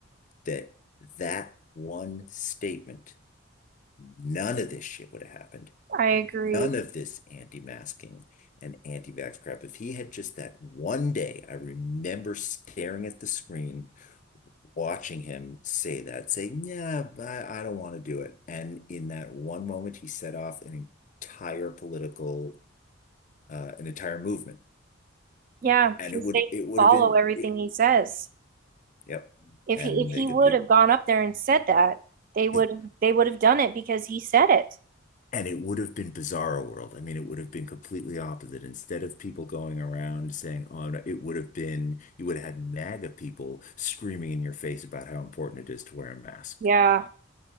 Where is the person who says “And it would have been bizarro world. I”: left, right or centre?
Left